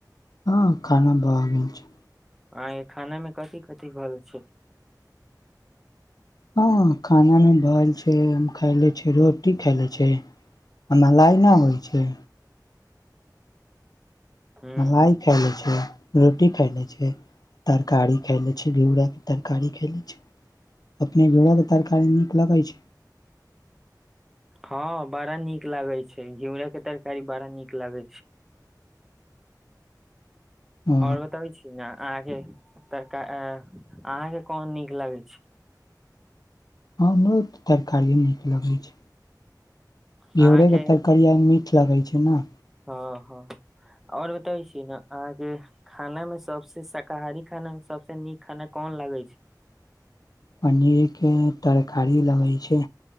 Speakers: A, on the left; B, in the centre.
A: हँ खाना भव गेल छै।
B: आ य खाना मे कथि कथि भेलऽ छै।
A: हँ खानामे भ एल छै हम खैले रोटी खाले छै आ मलाइ न होइ छै
B: ह
A: मलाइ खाय ले छिय रोटी खैले छै तरकारी खैले छै घेउराके तरकारी खैले छै अपने घड़ो के तरकारी नीक लगै छै
B: हॅं बड़ा नीक लागै छै। घियूरा के तरकारी बड़ा नीक लागै छै।
A: ओ
B: आओर बताबै छी। आहाँ के तरका आ अहा के कोन नीक लगै छै।
A: हमरो तऽ तरकारिए नीक लगै छै।
B: अहाँके
A: घिउरेके तरकारीया मीठ लगै छै न
B: हँ हँ आओर बतबै छीन अहाँके खाने मे सबसे शाकाहारी खाना मे सबस नीक खाना कोन लागै छै?
A: पनीर के तरकारी लगै छै।